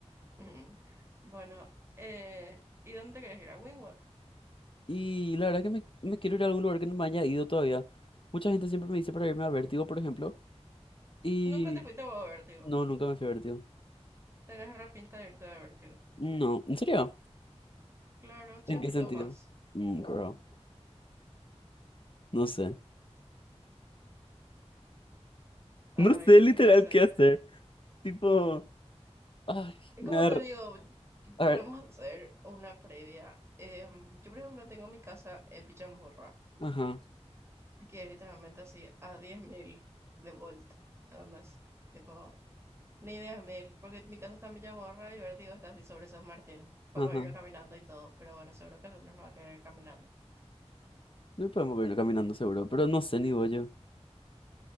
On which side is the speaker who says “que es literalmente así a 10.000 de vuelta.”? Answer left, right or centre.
Right